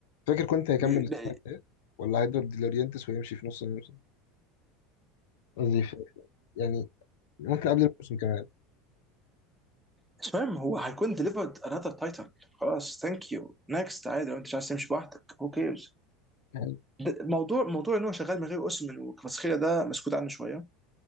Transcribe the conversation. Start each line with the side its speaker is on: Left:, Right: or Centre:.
Left: فاكر كنت هيكمل
Centre: و-
Left: السنة
Centre: لا،
Left: الجاية ولا هيدور ديلورينتس ويمشي في نص الموسم قصدي في- يعني ممكن قبل الموسم كمان
Centre: مش مهم هو هيكون ديليفرد انذر تايتل خلاص ثانك يو نكست عادي لو انت مش عايز تمشي لوحدك هو كيرز
Left: يعني
Centre: موضوع موضوع ان هو شغال من غير اوسمان وكفاتسخيليا ده مسكوت عنه شويه